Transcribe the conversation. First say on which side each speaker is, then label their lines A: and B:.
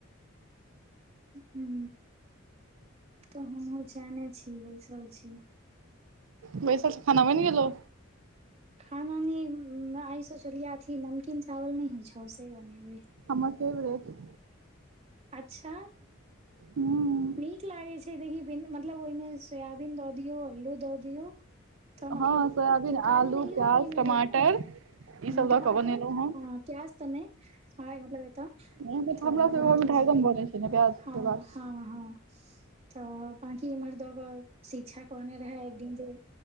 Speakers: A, on the right; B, on the right.
A: ह तऽ हमहुँ चैने छी ओहि सब छी
B: बैसथ खाना बनि गेलो
A: खाना न आइ सोचलिय आथी नमकीन चावल न होइ छो सेे बनेबै
B: हमर फेवरेट
A: अच्छा
B: हँ
A: नीक लागै छै देखीन मतलब ओहिमे सोयाबीन दऽ दियौ अलू दऽ दियौ तऽ मतलब
B: हँ सोयाबीन
A: तरकारी
B: आलू
A: नहि
B: प्याज
A: ओहि मे
B: टमाटर
A: देवय
B: ई सब
A: हूं
B: लऽ
A: टमाटर
B: कऽ बनेलहुँ
A: आ
B: हँ
A: प्याज त नहि मतलब
B: नहिऽ
A: तऽ
B: हमरा सब
A: बाकी
B: घरमेगन बनै छै ने प्याज
A: हँ
B: के बाद
A: हँ हँ तऽ बाकि इम्हर दऽ कऽ शिक्षा कने रहै एक दिन जे